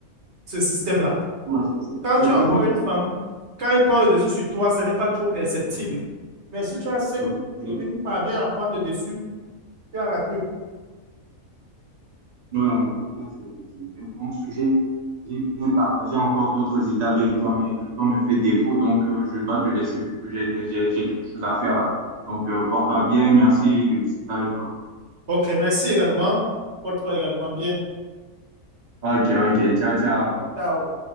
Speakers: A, on the right; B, on the right.
A: ce système-là.
B: ouais, c'est c'est-
A: Quand
B: c'est
A: tu as
B: fini.
A: encore une
B: c'est
A: femme,
B: fini.
A: quand elle prend le dessus sur toi, ce n'est pas trop perceptible. Mais si tu as cinq
B: Ok.
A: et une parvient à prendre le dessus, tu as raté.
B: Ouais, en tout cas, c'est c'est- c'est un bon sujet. J'ai bien partagé encore d'autres idées avec toi, mais le temps me fait défaut, donc euh, je dois te laisser vu que j'ai j'ai- j'ai quelque chose à faire là. Donc, euh, porte-toi bien, merci de discuter avec toi.
A: OK, merci également. Porte-toi également
B: Mhm.
A: bien.
B: Ok, ok, ciao, ciao.
A: Ciao.